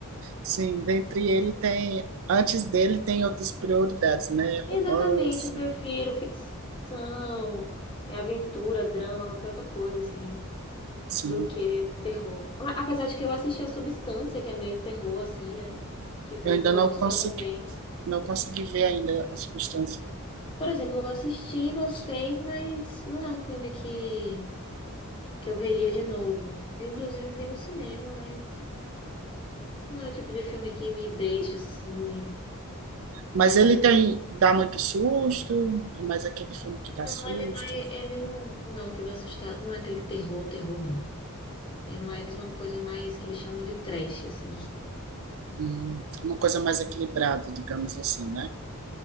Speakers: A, on the right (about 65°); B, on the left (about 25°).
A: Sim, dentre ele tem. Antes dele tem outras prioridades, né?
B: Exatamente,
A: Romance,
B: eu prefiro ficção, é aventura, drama, qualquer outra coisa, assim,
A: sim.
B: do que terror. A- Apesar de que eu assisti a Substância, que é meio terror, assim, né? Que foi
A: Eu ainda
B: pro
A: não
B: Oscar
A: consigo
B: também.
A: Não consegui ver ainda a substância.
B: Por exemplo, eu assisti, gostei, mas não é um filme que, que eu veria de novo. Inclusive, vi no cinema, mas não é o tipo de filme que me deixa assim,
A: Mas
B: ai, maravilhoso.
A: ele tem, dá muito susto, é mais aquele filme que dá
B: Não,
A: susto.
B: ele é mais, ele não, não é um filme assustado, não é aquele terror, terror, não. É mais uma coisa mais que eles chamam de trash, assim.
A: Hum, uma coisa mais equilibrada, digamos assim, né?